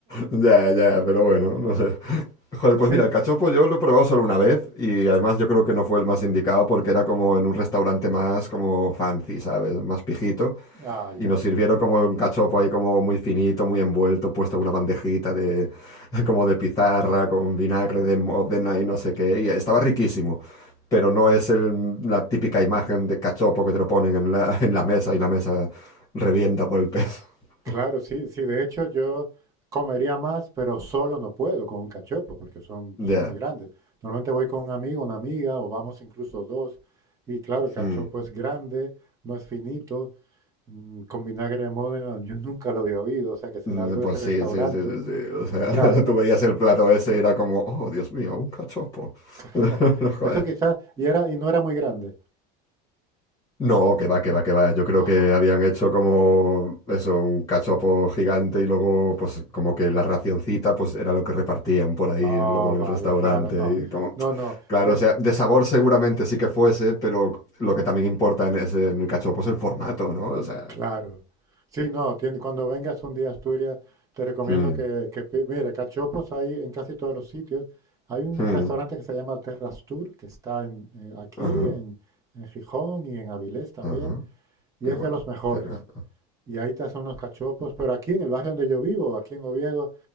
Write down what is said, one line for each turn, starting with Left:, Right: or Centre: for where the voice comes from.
Left: Ya, ya, pero bueno, no sé. Joder, pues
Right: Sí,
Left: mira, el cachopo yo lo he probado solo una vez y además yo creo que no fue el más indicado porque era como en un restaurante más como fancy, ¿sabes? Más pijito
Right: ah, ya.
Left: y nos sirvieron como un cachopo ahí como muy finito, muy envuelto, puesto en una bandejita de <laughs> como de pizarra con vinagre de Módena y no sé qué y estaba riquísimo, pero no es el- la típica imagen de cachopo que te lo ponen en la, <laughs> en la mesa y la mesa revienta por el peso. <laughs>
Right: Claro, sí, sí. De hecho, yo comería más, pero solo no puedo con un cachopo, porque son,
Left: Ya.
Right: son muy grandes. Normalmente voy con un amigo, una amiga, o vamos incluso dos. Y claro, el cachopo
Left: Mm.
Right: es grande, no es finito. Mm, Con vinagre de Módena, yo nunca lo había oído, o sea que será
Left: Mm,
Right: algo
Left: Pues
Right: de ese restaurante.
Left: sí, sí, sí, sí, sí. O sea,
Right: Claro.
Left: <laughs> tú veías el plato ese y era como, oh, Dios mío, un cachopo.
Right: <laughs>
Left: <laughs> No, Joder.
Right: Eso quizás, y era, y no era muy grande.
Left: No, que va, que va, que va. Yo creo
Right: Ah,
Left: que habían hecho como eso, un cachopo gigante y luego, pues, como que la racioncita, pues, era lo que repartían por ahí,
Right: ah,
Left: luego en el
Right: vaya,
Left: restaurante.
Right: claro, no.
Left: Y como,
Right: No, no,
Left: claro,
Right: tie-
Left: o sea, de sabor seguramente sí que fuese, pero lo que también importa en ese, en el cachopo es el formato, ¿no? O sea.
Right: claro. Sí, no, tiene, cuando vengas un día a Asturias, te recomiendo
Left: mm,
Right: que, que pi- mire, cachopos hay en casi todos los sitios. Hay un
Left: mm,
Right: restaurante que se llama Terrastur, que está en, eh, aquí,
Left: ajá,
Right: en, en Gijón y en Avilés también,
Left: ajá,
Right: y
Left: qué
Right: es
Left: guay.
Right: de los mejores.
Left: Cerra-
Right: Y ahí te hacen unos cachopos, pero aquí en el barrio donde yo vivo, aquí en Oviedo,